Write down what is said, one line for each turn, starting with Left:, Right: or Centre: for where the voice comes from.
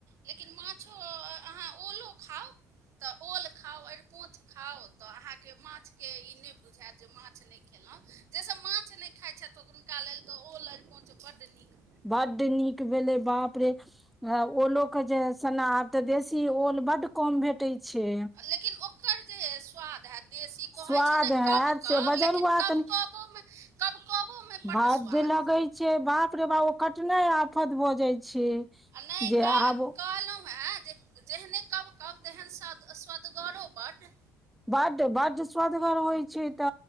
Right: लेकिन माछो अहाँ ओलो खाउ। तऽ ओल खाउ अरिकोंच खाउ तऽ अहाँके माछके ई नहि बुझायत जे माछ नहि ख खेलहु जेसब माछ नहि खाइत छथि हुनका लेल तऽ ओल अड़िकोंच बड नीक।
Centre: बड्ड नीक भेलै बाप रे ओलो के जे सन्ना आब तऽ देशी ओल बड्ड कम भेटे छै।
Right: लेकिन ओकर जे स्वाद हेत देशी कहै
Centre: स्वाद
Right: छै ने
Centre: हैत
Right: कब
Centre: से
Right: कब
Centre: बजरुआ
Right: लेकिन कब
Centre: कनि
Right: कबोमे कब कबोमे
Centre: बड्ड
Right: स्वाद
Centre: लगै छै बाप रे बा ओ काटनाय आफत भऽ जाइ छै।
Right: आ नहि
Centre: जे आब
Right: कहलहु हेँ जे जेहने कव कव तेहने सव स्वअदगरो बड।
Centre: बड्ड बड्ड स्वद गड़ होइ छै त